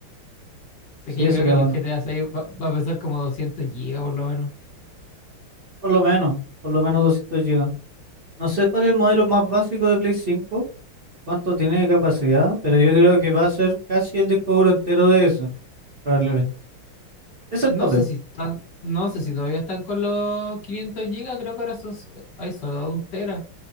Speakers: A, on the left (about 55°); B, on the right (about 35°).
A: Así
B: sí,
A: que yo
B: sería
A: creo que el
B: bueno.
A: GTA 6 va, va a pesar como 200 gigas por lo menos.
B: Por lo menos, por lo menos doscientos GB. No sé cuál es el modelo más básico de Play 5 cuánto tiene de capacidad, pero yo creo que va a ser casi el disco duro entero de eso, probablemente. Es el
A: No
B: tope,
A: sé
B: po.
A: si están, no sé si todavía están con los 500 gigas, creo que ahora son, so, hay solo un tera.